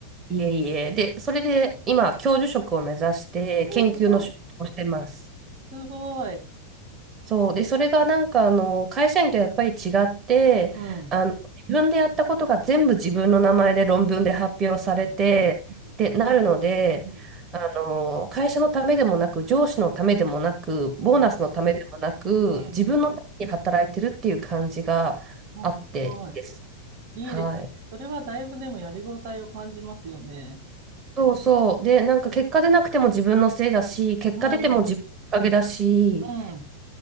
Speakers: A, on the right (about 25°); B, on the right (about 55°).
A: いえいえ。で、それで今、教授職を目指して研究の仕事をしてます。
B: うん、すごい。すごい。
A: そう。で、それがなんか、あの、会社員とやっぱり違って、
B: うん。
A: あの、自分でやったことが全部自分の名前で論文で発表されて、
B: うん。うん。
A: ってなるので、
B: うん。
A: あの、会社のためでもなく、上司のためでもなく、ボーナスのためでもなく、
B: うん。うん。うん
A: 自分のために働いてるっていう感じがあっていいです。
B: あ、すごい。いいですね。
A: はい。
B: それはだいぶでもやりごたえを感じますよね。
A: そうそう。で、なんか結果出なくても自分のせいだし、結果出ても自分のおかげだし、
B: うん、うん、うん、